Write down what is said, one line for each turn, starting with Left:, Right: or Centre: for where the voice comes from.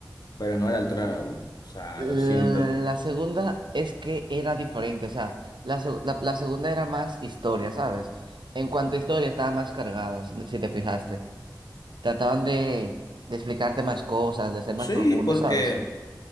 Left: Pero no a la altura de la uno. O sea,
Right: La
Left: lo siento, no.
Right: segunda es que era diferente, o sea, la, seg- la, la segunda era más historia, ¿sabes? En cuanto a historia estaba más cargada, si si te fijaste. Trataban de, de explicarte más cosas, de ser
Left: Sí,
Right: más profundo,
Left: porque,
Right: ¿sabes?